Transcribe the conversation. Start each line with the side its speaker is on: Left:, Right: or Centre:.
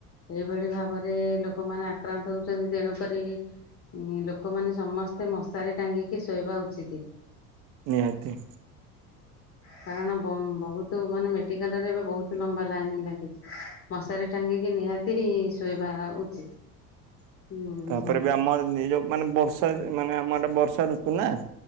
Left: ଏଇଭଳି ଭାବରେ ଲୋକମାନେ ଆକ୍ରାନ୍ତ ହଉଛନ୍ତି ତେଣୁକରି ଲୋକ ସମସ୍ତେ ମଶାରିରେ ଟାଙ୍ଗିକି ଶୋଇବା ଉଚିତ୍।
Right: ନିହାତି।
Left: କାରଣ ବହୁତ ମାନେ ମେଡିକାଲରେ ଏବେ ବହୁତ ଲମ୍ବା ଲାଇନ ଲାଗିଛି। ମଶାରୀ ଟାଙ୍ଗିକି ନିହାତି ଶୋଇବା ଉଚିତ। ହୁଁ
Right: ତାପରେ ବି ଆମର ଏ ଯୋଉ ମାନେ ବର୍ଷା ମାନେ ଆମର ଆଡେ ବର୍ଷା ଋତୁ ନା।